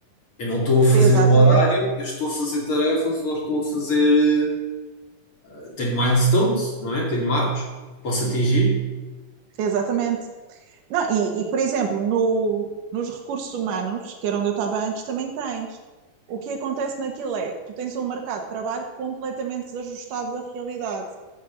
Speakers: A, on the left; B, on the right.
A: Eu não estou a fazer
B: Exatamente,
A: um horário, eu estou a fazer tarefas ou estou a fazer. eh, Tenho milestones, não é? Tenho marcos que posso atingir
B: exatamente. Não, e, e, por exemplo, no, nos recursos humanos, que era onde eu estava antes, também tens. O que acontece naquilo é, tu tens um mercado de trabalho completamente desajustado da realidade.